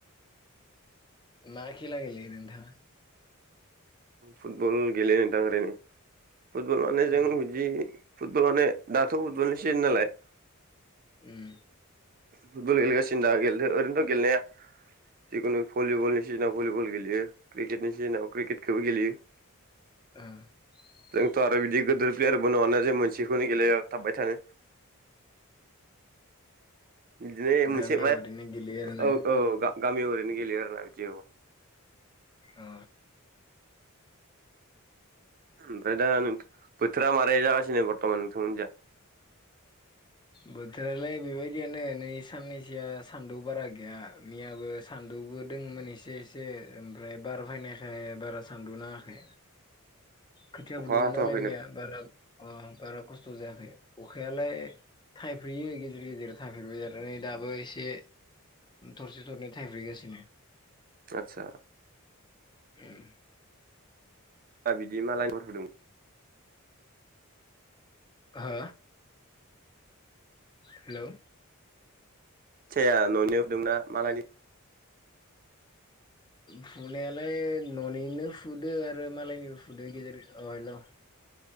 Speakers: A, on the left; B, on the right.
A: मा खेला गेलेयो नोंथां
B: फुटबल गेलेयो नोंथां ओरैनो फुटबल माने
A: अ
B: जों बिदि फुटबलावनो दाथ फुटबलनि सिजोन नालाय
A: उम
B: फुटबल गेलेगासिनो दा गेलेदो ओरैनोथ' गेलेनाया जिखुनु भलिबलनि सिजोनाव भलिबल गेलेयो क्रिकेटनि सिजेनाव क्रिकेटखौबो गेलेयो
A: <unintelligible>
B: जोंथ' आरो बिदि गिदिर प्लेयारबो नंङाना जे मोनसेखौनो गेलेायाव थाबबाय थानो <inaudible> बिदिनो मोनसे
A: गामियाव ओरैनो गेलेयो आरोना
B: औ औ गामियाव ओरैनो गेलेयो आरो ना बिदियाव
A: अ
B: ओमफ्राय दा नोंथ बोथोरा मारै जागासिनो बर्थमान नोंथांमोननिया
A: बोथोरालाय बेबायदियानो नै साननैसो बिथिया सान्दुं बारा गैया मैयाबो सान्दुंबो दोंङोमोन एसे एसे ओमफ्राय बार फाइना थाखाय बारा सान्दुं नांङाखै खोथिया
B: अखा
A: फुदोंमोन
B: हाथ'वाखै
A: नालाय मैया
B: नों
A: बारा अ बारा खस्थ' जायाखै अखायालाय थाइफ्रेयो गेजेर गेजेर थाइफ्रेबाय आरो नै दाबो एसे थरसे थरनै थायफ्रि गासिनो
B: आतसा
A: उम
B: दा बिदि मालायनो होदों
A: हा हेलौ
B: खोथियाया ननिनो फुदोंमोनना मालायनि
A: फुनायालाय ननिनो फुदो आरो मालायनिबो फुदो गेजेर गेजे अ हेलौ